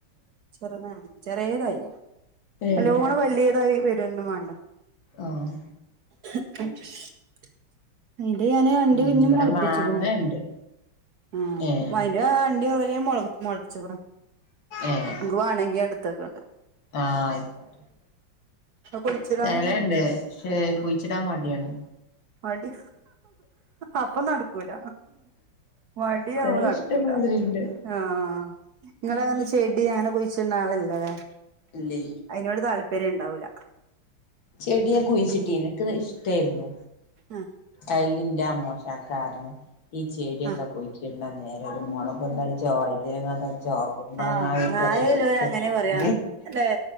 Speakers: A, on the right; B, on the left.
A: ചെറുതാണ് ചെറേതയ്യാ.
B: ഏഹ്
A: നല്ലോണം വല്യതായിവരന്നും വാണ്ട
B: ആഹ്
A: <unintelligible> ഇത് ഞാന്അണ്ടിഞ്ഞും
B: പിന്നെ ഇവിടെ
A: മോൾപ്പിച്ക്ക്ണ്
B: മാങ്ങണ്ട്
A: ആ.
B: ഏഹ്
A: മയ്ന്റെ അണ്ടി കൊറേ മൊൾ മൊ മൊൾച്ച്ക്ക്ണ്.
B: ഏഹ്
A: അൻക്ക് വാണെങ്കി ഞാ ട്ത്തക്കണ്ട്
B: ആഹ്. അയ്ക്കോട്ടെ.
A: കുഴിച്ചിടാന്
B: സ്ഥലണ്ട്. ക്ഷെ കുയ്ച്ചിടാ മടിആണ്.
A: മടി. അപ്പൊ നടക്കൂല മടിയാവുമ്പോ
B: സ്ഥലം
A: നടക്കൂല.
B: ഇഷ്ടമാതിരിണ്ട്
A: ആഹ് നിങ്ങളെ നല്ല ചെ ടി അങ്ങനെ കുയ്ച്ച്ട്ണ ആളല്ലലെ.
B: ഇല്ലേ
A: അയ്നോട് താല്പര്യം ഉണ്ടാവൂല
B: ചെടി ഞാ കുയിച്ചിട്ടീന്നു. ഇക്ക് ഇഷ്ട്ടേയ്ന്നു.
A: ആഹ്
B: അയ്ല് ന്റെ അമോഷ കാരണം ഈ ചെടിഒക്കെ
A: ആഹ്
B: കുയ്ച്ചിട്ണ നേരം ഒരു മോളകും തജ്‌ജോ വൈ ദെങ്ങാ തജ്‌ജോ കുംബൾങ്ങാ
A: ആഹ്
B: വിത്തൊക്കെ
A: പ്രായല്ലോല്
B: കുയ്ച്ചിടാണെങ്കി
A: അങ്ങനെ പറയാ അല്ലെ